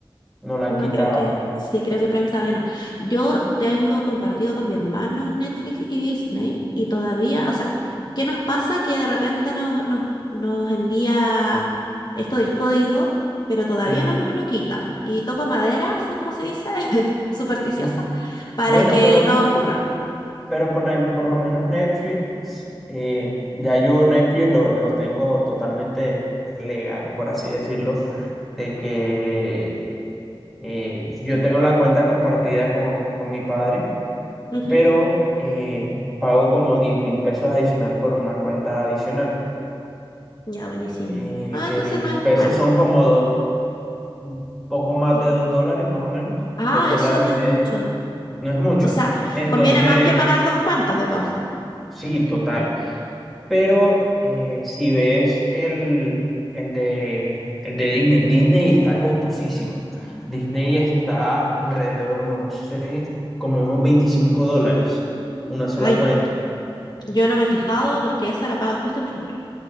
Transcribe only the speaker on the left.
No
creo que, sí, creo que Prime todavía no. Yo tengo compartido con mi hermano Netflix y Disney y todavía, o sea, ¿qué nos pasa? Que de repente nos, nos, nos envía esto del código, pero todavía
no nos lo quita. Y toco madera, así como se dice, <laughs> supersticiosa,
para
que
no ocurra.
Ujú.
Ya, buenísimo.
Ah,
entonces
no
es,
bueno,
sí.
Ah,
eso no
es mucho.
O sea,
conviene más que pagar dos cuentas de todas formas.
Mm.
Ay,
Yo no me he fijado porque esa la paga justo mi hermano.